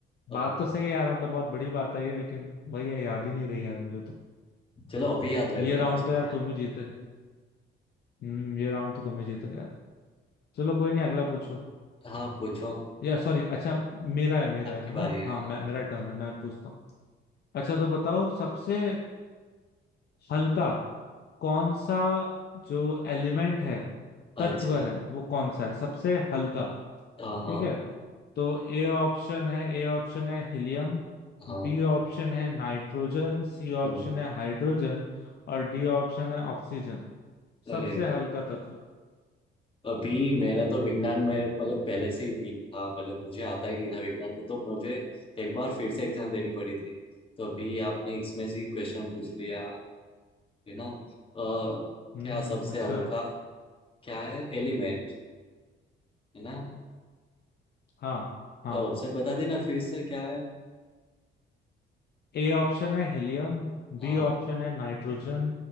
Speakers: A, on the left; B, on the left.
A: हाँ,
B: बात
A: हाँ।
B: तो सही है यार मतलब बहुत बड़ी बात है ये लेकिन वही है याद ही नहीं रही यार मुझे तो
A: चलो अभी याद रख
B: ये
A: लेना
B: राउंड
A: उसमें
B: तो यार
A: क्या है
B: तुम ही जीते हम्म ये राउंड तो तुम ही जीते यार चलो कोई नहीं अगला पूछो
A: हाँ पूछो
B: या सॉरी अच्छा मेरा है मेरा
A: आपकी
B: है है ना
A: बारी है
B: हाँ
A: हाँ।
B: मैं मेरा टर्न है मैं पूछता हूँ अच्छा तो बताओ सबसे हल्का कौन सा जो एलिमेंट है
A: अच्छा
B: तत्व है वो कौन सा है सबसे हल्का
A: हाँ हाँ
B: ठीक है तो ए ऑप्शन है ए ऑप्शन है हीलियम
A: हाँ
B: बी ऑप्शन है नाइट्रोजन सी
A: हम्म।
B: ऑप्शन है हाइड्रोजन और डी ऑप्शन है ऑक्सीजन
A: अरे
B: सबसे हल्का तत्व
A: अभी मेरा तो विज्ञान में मतलब पहले से ही वीक था मतलब मुझे आता ही नहीं था विज्ञान में तो मुझे एक बार फिर से एग्जाम देनी पड़ी थी तो अभी आपने इसमें से क्वेश्चन पूछ लिया है ना अ,
B: हम्म
A: क्या सबसे
B: अच्छा
A: हल्का क्या है एलिमेंट है ना
B: हाँ हाँ
A: ऑप्शन बता देना फिर से क्या है
B: ए ऑप्शन है हीलियम
A: हाँ
B: बी ऑप्शन है नाइट्रोजन